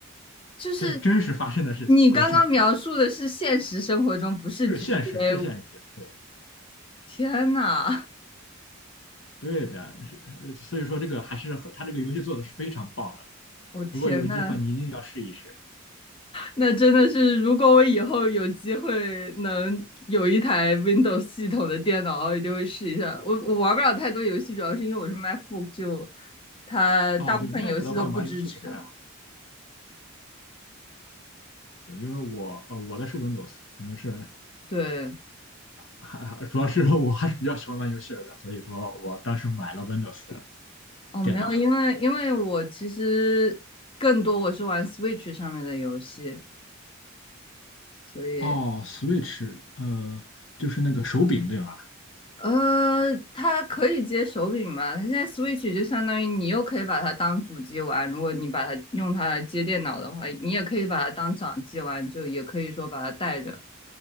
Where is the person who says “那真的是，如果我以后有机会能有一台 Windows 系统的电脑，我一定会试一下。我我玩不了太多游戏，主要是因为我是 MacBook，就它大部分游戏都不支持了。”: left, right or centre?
Left